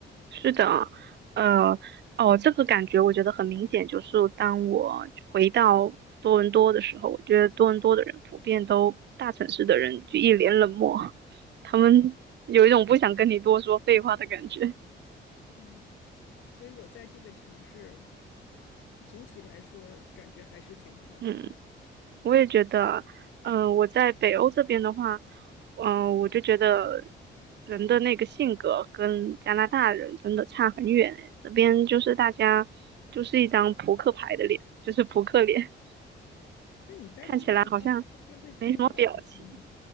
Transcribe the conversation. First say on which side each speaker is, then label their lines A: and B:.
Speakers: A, on the right; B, on the left.
A: 是的啊，呃，哦，这个感觉我觉得很明显，就是当我回到多伦多的时候，我觉得多伦多的人普遍都大城市的人就一脸冷漠，他们 <laughs> 有一种不想跟你多说废话的感觉。
B: 嗯，所以我在这个城市，总体来说感觉还是挺好的。
A: 嗯，我也觉得，嗯、我在北欧这边的话，嗯、我就觉得人的那个性格跟加拿大人真的差很远诶，这边就是大家就是一张扑克牌的脸，就是扑克脸。
B: 那你待的那个地方，
A: 看起来好像
B: 冬天会更冷一些吗？
A: 没什么表情